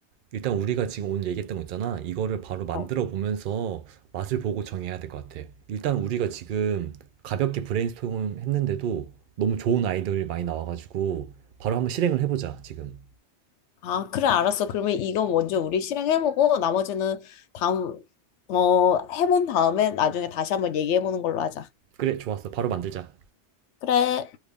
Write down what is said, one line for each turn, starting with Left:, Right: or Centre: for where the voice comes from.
Right: 일단 우리가 지금 오늘 얘기했던 거 있잖아. 이거를 바로 만들어
Left: 어.
Right: 보면서 맛을 보고 정해야 될 것 같아. 일단 우리가 지금 가볍게 브레인스토밍 했는데도 너무 좋은 아이디어들이 많이 나와가지고 바로 한번 실행을 해보자, 지금.
Left: 아, 그래, 알았어. 그러면 이거 먼저 우리 실행해보고 나머지는 다음, 어, 해본 다음에 나중에 다시 한번 얘기해보는 걸로 하자.
Right: 그래, 좋았어. 바로 만들자.
Left: 그래.